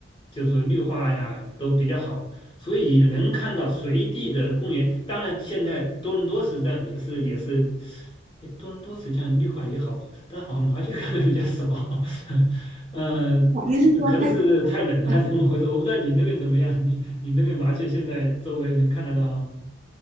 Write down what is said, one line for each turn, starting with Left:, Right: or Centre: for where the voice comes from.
Left: 就说绿化呀都比较好，所以能看到随地的公园。当然，现在多伦多实际上也是也是，哎，多伦多实际上绿化也好，但好像麻雀看的比较少。<laughs> 嗯、
Right: 啊您是说开
Left: 可能是太冷了还是怎么回事？
Right: 呃
Left: 我不知道你那边怎么样，你你那边麻雀现在周围能看得到吗？